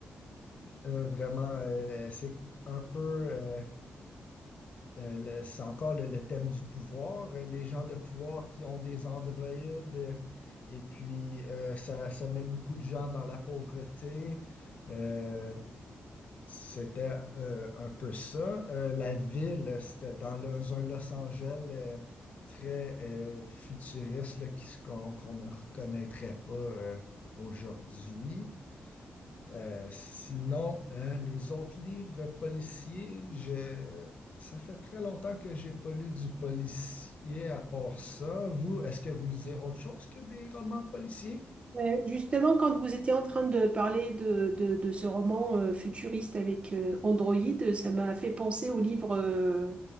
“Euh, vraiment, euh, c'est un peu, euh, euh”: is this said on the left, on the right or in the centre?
Left